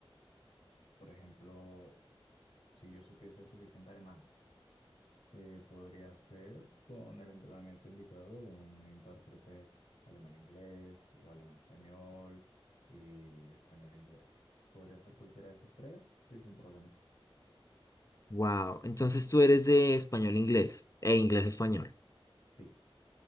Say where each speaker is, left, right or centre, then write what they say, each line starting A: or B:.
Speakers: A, on the left (about 90°); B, on the left (about 35°).
A: Por ejemplo, si yo supiese suficiente alemán, eh, podría ser con el entrenamiento indicado un intérprete alemán-inglés o alemán-español y español-inglés. Podría ser cualquiera de esos tres y sin problema.
B: Wow, entonces tú eres de español-inglés e inglés-español.
A: Sí,